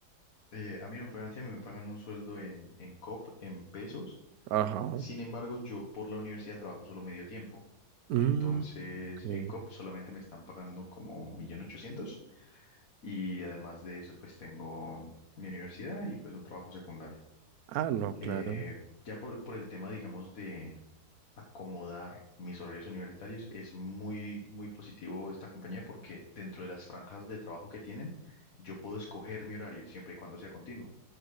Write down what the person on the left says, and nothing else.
eh, a mí no me pagan así, a mí me pagan un sueldo en, en COP, en pesos.
Sin embargo, yo por la universidad trabajo solo medio tiempo.
Entonces,
en COP solamente me están pagando como 1.800.000 y además de eso, pues tengo mi universidad y pues un trabajo secundario.
Eh,
ya por, por el tema, digamos, de acomodar mis horarios universitarios, es muy, muy positivo esta compañía porque dentro de las franjas de trabajo que tienen, yo puedo escoger mi horario siempre y cuando sea continuo.